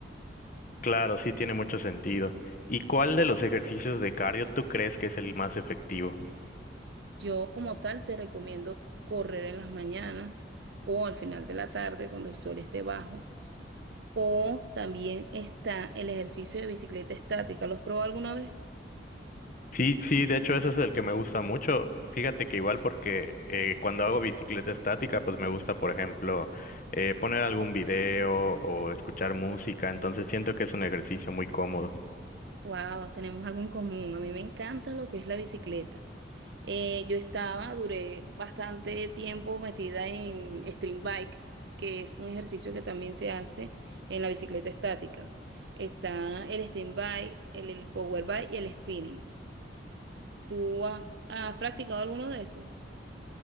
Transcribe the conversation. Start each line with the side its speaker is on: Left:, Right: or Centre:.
Left: Claro, sí tiene mucho sentido. ¿Y cuál de los ejercicios de cardio tú crees que es el más efectivo?
Right: Yo como tal te recomiendo correr en las mañanas o al final de la tarde cuando el sol esté bajo O también está el ejercicio de bicicleta estática. ¿Los probó alguna vez?
Left: Sí, sí, de hecho ese es el que me gusta mucho. Fíjate que igual porque eh, cuando hago bicicleta estática, pues me gusta, por ejemplo, eh, poner algún video o escuchar música, entonces siento que es un ejercicio muy cómodo.
Right: Wow, tenemos algo en común. A mí me encanta lo que es la bicicleta. Eh, yo estaba, duré bastante tiempo metida en stream bike, que es un ejercicio que también se hace en la bicicleta estática. Está el stream bike, el, el power bike y el spinning. ¿Tú has, has practicado alguno de esos?